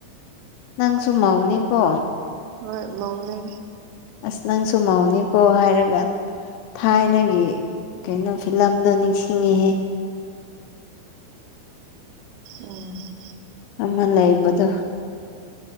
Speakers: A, on the left; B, on the right.
A: ꯅꯪꯁꯨ ꯃꯧꯅꯤꯀꯣ
B: ꯍꯣꯏ ꯃꯧꯅꯦ
A: ꯑꯁ ꯅꯪꯁꯨꯨ ꯃꯧꯅꯤꯀꯣ ꯍꯥꯏꯔꯒ ꯊꯥꯏꯅꯒꯤ ꯀꯩꯅꯣ ꯐꯤꯂꯝꯗꯣ ꯅꯤꯡꯁꯤꯡꯉꯤꯍꯦ
B: ꯎꯝ
A: ꯑꯃ ꯂꯩꯕꯗꯣ